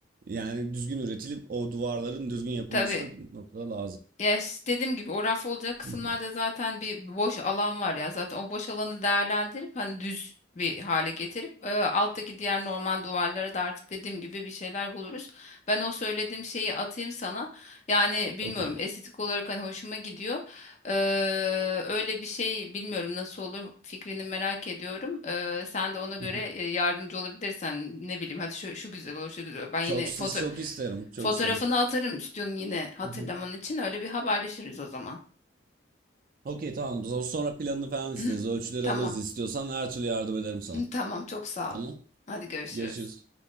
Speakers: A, on the right; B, on the left.
A: yani düzgün üretilip o duvarların düzgün yapılması
B: Tabii.
A: da bir noktada lazım.
B: Ya işte dediğim gibi o raf olacak kısımlarda
A: Hı hı.
B: zaten bir boş alan var ya. Zaten o boş alanı değerlendirip hani düz bir hale getirip e, alttaki diğer normal duvarlara da artık dediğim gibi bir şeyler buluruz. Ben o söylediğim şeyi atayım sana. Yani bilmiyorum
A: Okey.
B: estetik olarak hani hoşuma gidiyor. Ee, öyle bir şey bilmiyorum nasıl olur fikrini merak ediyorum. Ee, sen de ona göre
A: Hı hı.
B: e, yardımcı olabilirsen ne bileyim hadi şu, şu güzel olur şu güzel olur. Ben yine
A: Çok siz
B: foto
A: çok isterim. Çok
B: Fotoğrafını
A: isterim.
B: atarım stüdyonun yine hatırlaman
A: Hı hı.
B: için. Öyle bir haberleşiriz o zaman.
A: Okey tamam. Zo- Sonra planını falan isteriz.
B: <clears throat>
A: Ölçüleri
B: Tamam.
A: alırız istiyorsan her türlü yardım ederim
B: <clears throat>
A: sana.
B: Tamam çok sağ
A: Tamam.
B: ol. Hadi görüşürüz.
A: Görüşürüz.